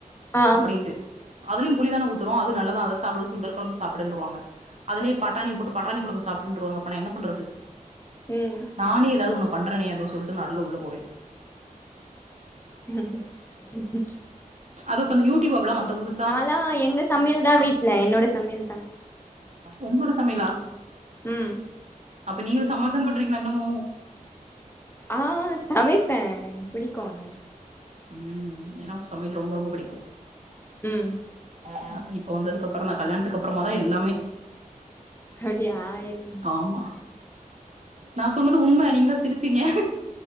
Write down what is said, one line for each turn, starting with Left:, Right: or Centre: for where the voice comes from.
Left: ஆ
Right: அப்படின்ட்டு அதுலயும் புளிதானே ஊத்துறோம் அது நல்லதான் அத சாப்பிட சுண்டல் குழம்பு சாப்பிடுன்றுவாங்க அதுலயும் பட்டாணி போட்டு பட்டாணி குழம்பு சாப்பிட்டுருவாங்க அப்பனா என்ன பண்றது
Left: உம்
Right: நானே ஏதாவது ஒன்னு பண்றேனே அப்படின்னு சொல்ட்டு நடுவுல உள்ள போவேன்
Left: உம் ம்க்கும்
Right: அது இப்ப அந்த யூடியூப் வந்த போது
Left: நாலாம் எங்க சமையல் தான் வீட்டுல என்னோட சமையல் தான்
Right: <inaudible> உன்னோட சமையலா
Left: உம்
Right: அப்ப நீங்களும் சம்மதம் பண்றீங்களா இன்னமும்
Left: ஆ சமைப்பேன் புடிக்கும் அதனால
Right: உம் ஏன்னா சமையல் ரொம்ப ரொம்ப புடிக்கும்
Left: ம்
Right: <inaudible> இப்ப வந்ததுக்கு அப்புறம் தான் கல்யாணத்துக்கு அப்பறமா தான் எல்லாமே
Left: அப்டியா இல்
Right: ஆமா நான் சொன்னது உண்மை நீங்கதான் சிரிச்சீங்க